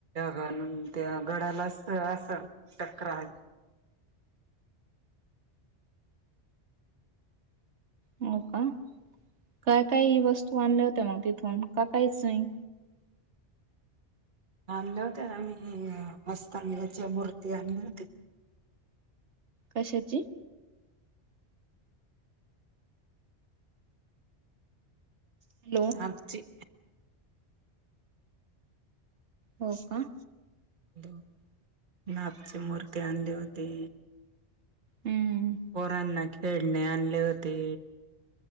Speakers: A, on the right; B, on the right.
A: अन् त्या गडाला अस -असं टकरा
B: हो का, काय काय वस्तू आणल्या होत्या मग तिथून का काहीच नाही?
A: आणल्या होत्या ना मी मस्तानल्याच्या मूर्त्या आणल्या होत्या.
B: कशाची? हॅलो
A: आमची
B: हो का.
A: दो-नागची मूर्ती आणली होती.
B: हम्म...
A: पोरांना खेडणे आणले होते.